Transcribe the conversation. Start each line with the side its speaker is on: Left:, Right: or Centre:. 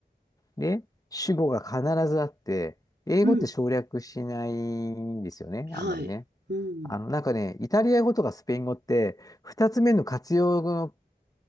Left: で、主語が必ずあって、英語って省略しないんですよね、
Right: うん、はい、
Left: あんまりね。
Right: うん、
Left: あの、なんかね、イタリア語とかスペイン語って、二つ目の活用語の、